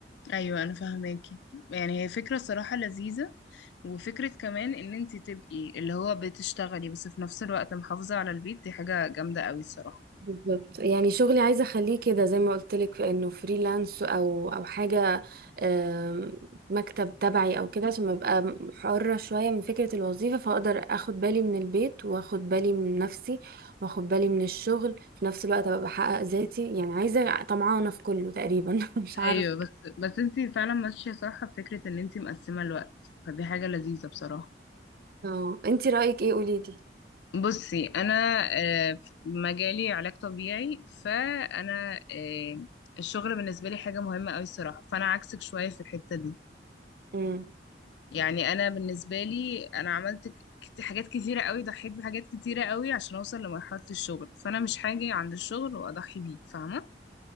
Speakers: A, on the left (about 70°); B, on the right (about 55°).
A: ايوه انا فاهماكي يعني هي فكرة صراحة لذيذة وفكرة كمان ان انت تبقي اللي هو بتشتغلي بس في نفس الوقت محافظة على البيت دي حاجة جامدة قوي الصراحة
B: بالظبط يعني شغلي عايزه اخليه كده زي ما قلت لك انه فريلانس او او حاجه آم، مكتب تبعي او كده عشان ابقى حره شويه من فكره الوظيفه فاقدر اخد بالي من البيت واخد بالي من نفسي واخد بالي من الشغل في نفس الوقت ابقى بحقق ذاتي يعني عايزه طمعانه في كله تقريبا <laughs> مش عارفه
A: ايوه بس بس انت فعلا ماشية صح في فكرة ان انت مقسمة الوقت فدي حاجة لذيذة بصراحة
B: اه انتي رايك ايه قولي لي
A: بصي انا آه، في مجالي علاج طبيعي فانا آه، الشغل بالنسبه لي حاجه مهمه قوي الصراحه فانا عكسك شويه في الحته دي
B: امم
A: يعني انا بالنسبه لي انا عملت ك- كت- حاجات كتيره قوي ضحيت بحاجات كتيره قوي عشان اوصل لمرحله الشغل فانا مش هاجي عند الشغل واضحي بيه فاهمه